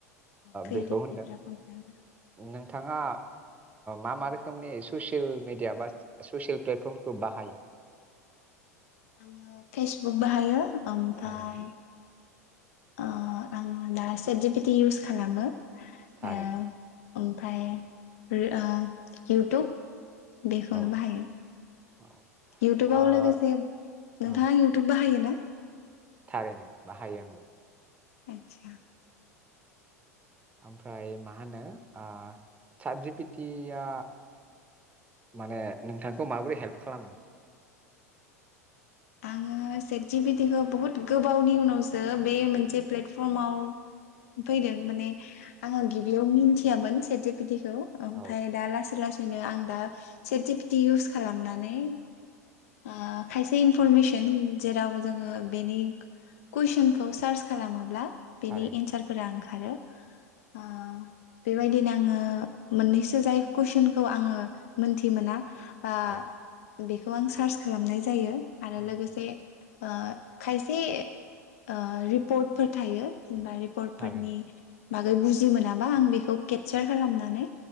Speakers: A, on the left; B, on the right.
A: क्रियेटिभिटिफोरा
B: बेखौ होनदों
A: खम जायो
B: नोंथाङा मा मा रोखोमनि ससियेल मिडिया बा ससियेल प्लेटफर्मखौ बाहायो।
A: आङो फेसबुक बाहायो ओमफ्राय
B: थारैनो
A: ओ आङो दा सेटि बिदि इउस खालामो।
B: थारैनो
A: ओ। ओमफ्राय ओ इउटुब। बेखौनो
B: औ
A: बाहायो
B: औ
A: इउटुबाव
B: ओ
A: लोगोसे नोंथाङा
B: औ
A: इउटुब बाहायो ना।
B: थारैनो बाहायो आंबो।
A: आतसा।
B: ओमफ्राय मा होनो ओ सादजि पेथिया माने नोंथांखौ माबोरै हेल्प खालामो।
A: आङो सेटजि पिटिखौ बुहुत गोबावनि उनावसो बे मोनसे प्लेटफर्माव फैदों माने आङो गिबियाव मिथियामोन सेज पिटिखौ खौ ओमफ्राय
B: औ
A: दा लासै ला आं दा सेटि पिदि इवुस खालामनानै ओ खायसे इ इनफरमेसन जेराव जोङो बेनि कुइसनखौ सार्च खालामोब्ला। बिदि
B: थारैनो
A: एनसारफोरा ओं। आरो ओ बेबायदिनो आङो मोननैसो जाय कुइसनखौ आङो मोनथि मोना। बा
B: औ
A: बेखौ आं। सार्च खालामनाय जायो। आरो
B: थारैनो
A: लोगोसे ओ खायसे। ओ रिपर्टफोर थायो। जेनेबा रिपर्टफोरनि।
B: थारैनो
A: बागै बुजि मोनाबा आं बेखौ केपचार खालामनानै